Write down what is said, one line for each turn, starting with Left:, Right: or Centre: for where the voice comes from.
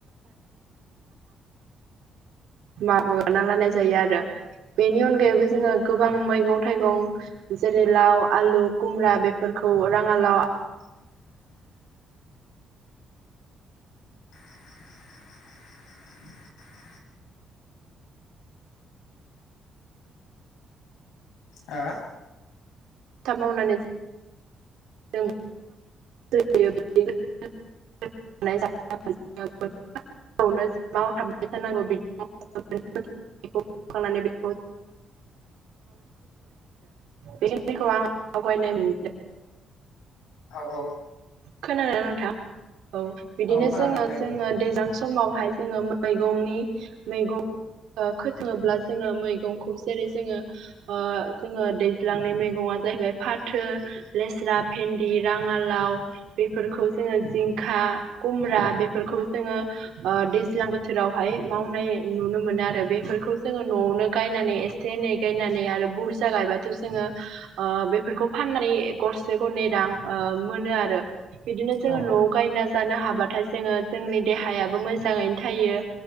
Right: माबाना लानाय जायो आरो। बेनि अनगायैबो जोङो गोबां मैगं थाइगं जेरै लाव, आलु, खुमब्रा बेफोरखौ राङालाव
Left: <inaudible> <inaudible> हा?
Right: थाब मावनानै जों <unintelligible> मावथाबबाय थानांगौ <unintelligible> बेखौ फोखांनानै बेखौ बेखिनिखौ आं आवगायनाय मोनदों।
Left: औ औ।
Right: खोनादों ना नोंथां औ बिदिनो
Left: औ खोनादों
Right: जोङो
Left: दे
Right: जोङो
Left: बुं औ
Right: दैज्लां सं समावहाय जोङो मैगंनि मैगं ओ खोथाङोब्ला जोङो मैगंखौ जेरै जोङो ओ जोङो दैज्लांनाय मैगंआ जाहैबाय फाथो लेस्रा भेन्दि, राङालाव बेफोरखौ जोङो जिं खा खुमब्रा बेफोरखौ जोङो ओ दैज्लां बोथोरावहाय मावनाय नुनो मोनो आरो बेफोरखौ जोङो न'आवनो गायनानै एसे से एनै गायनानै आरो बुरजा गायबाथ' जोङो ओ बेफोरखौ फाननानै गरसे से गरनै रां ओ मोनो आरो बिदिनो जोङो
Left: औ
Right: न'आव गायना जानो हाबा थाय जोङो जोंनि देहायाबो मोजाङैनो थायो।